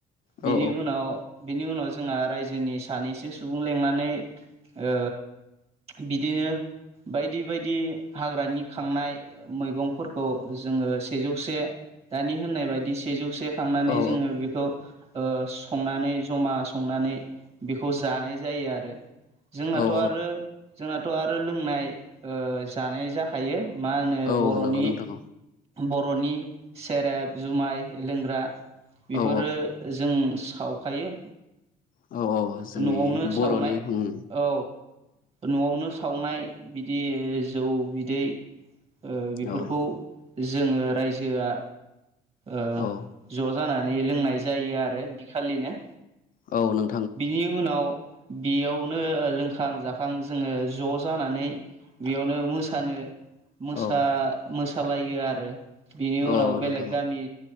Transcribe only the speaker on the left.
औ
औ
औ
औ
नंगौ नोंथां
औ
औ औ जोंनि
बर'नि उम
औ
औ
औ नों
औ
औ
औ
नोंथां औ